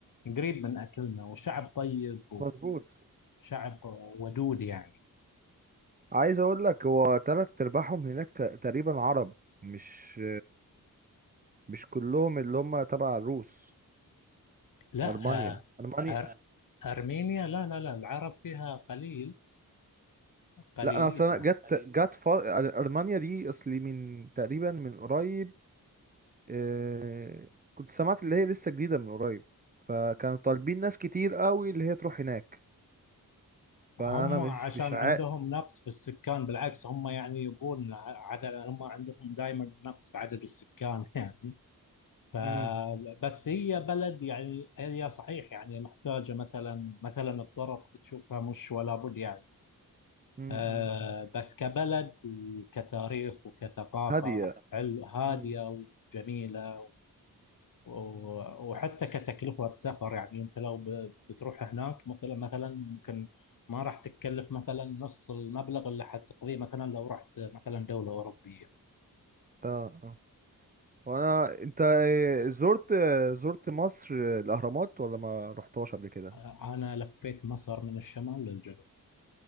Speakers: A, on the left (about 60°); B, on the right (about 25°).
A: قريب من أكلنا وشعب طيب
B: مظبوط
A: وشعب ودود يعني
B: عايز اقول لك هو تلات ارباعهم هناك تقريبا عرب مش مش كلهم اللي هم تبع الروس
A: لا
B: المانيا
A: آه،
B: المانيا
A: أر-
B: <laughs>
A: أرمينيا لا لا لا العرب فيها قليل قليلين
B: لا <clears throat> انا اصلا
A: يعني
B: جت جت ف... المانيا دي اصلي من تقريبا من قريب آه، كنت سمعت اللي هي لسه جديده من قريب فكانوا طالبين ناس كتير قوي اللي هي تروح هناك فانا
A: هم
B: مش
A: عشان
B: مش عا
A: عندهم نقص في السكان بالعكس هم يعني يبون عدد هم عندهم دائما نقص في عدد السكان <laughs> يعني فبس
B: مم،
A: هي بلد يعني هي صحيح يعني محتاجة مثلا مثلا الطرق بتشوفها مش ولا بد يعني
B: مم،
A: آه
B: مم، مم.
A: بس كبلد وكتاريخ وكثقافة
B: هاديه
A: حلو هادية
B: مم.
A: وجميلة و- وحتى كتكلفة سفر يعني أنت لو ب- بتروح هناك مثلا مثلا ممكن ما راح تتكلف مثلا نص المبلغ اللي حتقضيه مثلا لو رحت مثلا دولة أوروبية
B: اه آه. وانا انت إيه، زرت زرت مصر الاهرامات ولا ما رحتهاش قبل كده
A: آه، أنا لفيت مصر من الشمال للجنوب